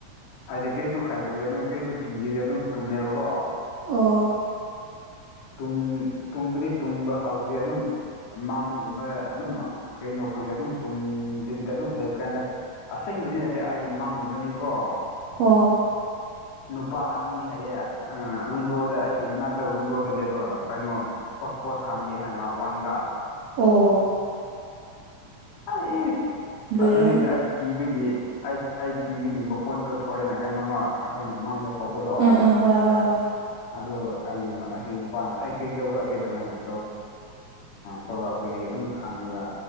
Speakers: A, on the left; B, on the right.
A: ꯍꯥꯏꯗꯤ ꯀꯩꯁꯨ ꯈꯟꯗꯕꯤꯗ ꯑꯗꯨꯝ ꯀꯩꯁꯨ ꯀꯤꯗ꯭ꯕꯤꯗ ꯑꯗꯨꯝ ꯇꯨꯝꯃꯦꯕꯀꯣ
B: ꯑꯣ
A: ꯇꯨꯝ ꯇꯨꯝꯕꯗꯤ ꯇꯨꯝꯕ ꯍꯧꯗ꯭ꯔꯤ ꯑꯗꯨꯝ ꯃꯪꯒꯨꯝꯕ ꯑꯗꯨꯝ ꯀꯩꯅꯣ ꯈꯪꯗꯦ ꯑꯗꯨꯝ ꯇꯨꯝꯗꯤꯕꯤꯗ ꯑꯗꯨꯝ ꯂꯩꯕ ꯀꯥꯟꯗ ꯑꯁꯦꯡꯕꯗꯤ ꯅꯠꯇꯦ ꯑꯩꯒꯤ ꯃꯪꯒꯨꯝꯕꯗꯤꯀꯣ
B: ꯍꫭ
A: ꯅꯨꯄꯥ ꯑꯅꯤ ꯍꯥꯏꯌꯦ ꯋꯤꯟꯗꯣꯗ ꯑꯩꯒꯤ ꯃꯅꯥꯛꯇ ꯋꯤꯟꯗꯣꯗ ꯂꯩꯕ ꯀꯩꯅꯣ ꯍꯣꯁꯄꯣꯠ ꯁꯝꯒꯦ ꯍꯥꯏꯅ ꯂꯥꯛꯄ ꯋꯥꯅꯤꯗ
B: ꯑꯣ
A: ꯑꯩ
B: ꯂꯣꯏꯔꯦꯍꯦ
A: ꯑꯗꯨꯗꯒꯤ ꯑꯩ ꯀꯤꯕꯒꯤ ꯑꯩ ꯑꯩ ꯀꯤꯕꯒꯤ ꯃꯈꯣꯟꯗꯣ ꯊꯣꯛꯑꯦꯅ ꯀꯩꯅꯣꯝꯃ ꯑꯩꯈꯣꯏꯅ ꯃꯪꯗ ꯊꯣꯛꯄꯗꯣ
B: ꯑꯥ ꯍꯣꯏ ꯍꯣꯏ ꯍꯣꯏ
A: ꯑꯗꯨ ꯑꯩꯒꯤ ꯑꯩ ꯅꯨꯄꯥꯅ ꯑꯩ ꯀꯔꯤ ꯇꯧꯕ꯭ꯔꯥ ꯀꯩꯗꯧꯒꯦ ꯍꯥꯏꯅ ꯀꯧꯔꯛꯄꯗꯒꯤ ꯑꯗꯨꯝ ꯈꯪꯉꯒ